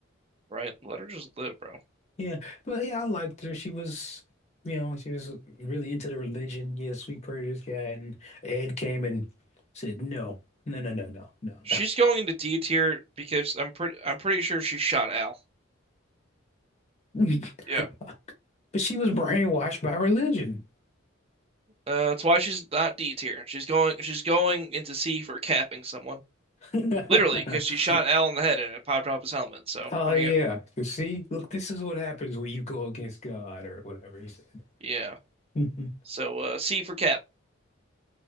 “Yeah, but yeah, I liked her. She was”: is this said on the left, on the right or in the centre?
Left